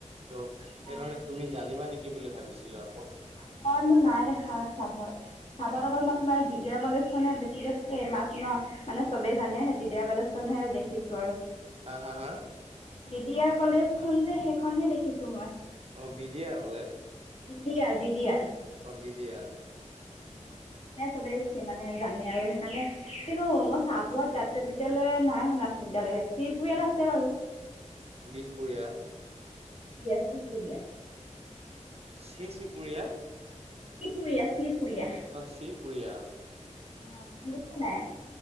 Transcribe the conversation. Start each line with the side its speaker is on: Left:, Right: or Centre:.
Right: চ' সেইকাৰণে
Left: অ।
Right: তুমি জানিবা নেকি বুলি ভাবিছিলোঁ আকৌ।
Left: চাৱোৱাত মই নাই দেখা চাৱোৱাত চাৱোৱাত অকল মই তোমাৰ দিয়া কলেজ খনে বেছিকে ফেমাছ ন! মানে চবে জানে দি দয়া কলেজ খনহে দেখিছোঁ আৰু।
Right: হা হা হা?
Left: দিদিয়াৰ কলেজখন যে সেইখনহে দেখিছোঁ মই।
Right: অ বিদি আৰ কলেজ?
Left: দিয়া, দি দি য়াৰ।
Right: অ দি দি আৰ।
Left: অ। শুনে চবে মানে জানে আৰু সেইকাৰণে, কিন্তু মই চাবুৱাত জাতীয় বিদ্যালয় নাই শুনা। চিন্তা লাগে, চিপুৰিয়াত
Right: অ
Left: আছে বাৰু।
Right: বিহপুৰীয়া
Left: দিয়া ছিপুৰিয়া
Right: চি চি পুৰীয়া।
Left: চি পুৰিয়া চি পুৰিয়া,
Right: অ চুবুৰীয়া
Left: অ শুনিচ নাই?